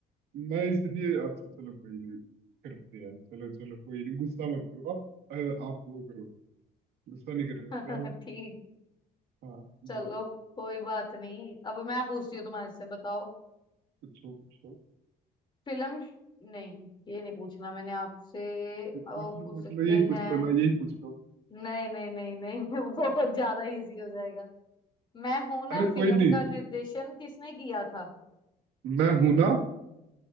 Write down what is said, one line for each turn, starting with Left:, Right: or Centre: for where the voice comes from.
Right: मैं इसलिए अच्छा चलो कोई नहीं करते हैं चलो चलो कोई नहीं गुस्सा मत करो आप अ, आप वो करो गुस्सा नहीं करेगा
Left: मैं
Right: तो हम
Left: <laughs> ठीक
Right: हाँ
Left: चलो
Right: बोलो
Left: कोई बात नहीं अब मैं पूछती हूँ तुम्हारे से बताओ
Right: पूछो पूछो
Left: फिल्म नहीं ये नहीं पूछना मैंने आपसे
Right: पूछ
Left: और
Right: लो
Left: पूछ
Right: पूछ
Left: सकते
Right: लो यही पूछ
Left: हैं
Right: लो ना यही पूछ लो
Left: नहीं नहीं नहीं नहीं <laughs> वो ज्यादा इजी हो जाएगा मैं हूं ना
Right: अरे कोई
Left: फिल्म
Right: नहीं
Left: का निर्देशन किसने किया था
Right: मैं हूं ना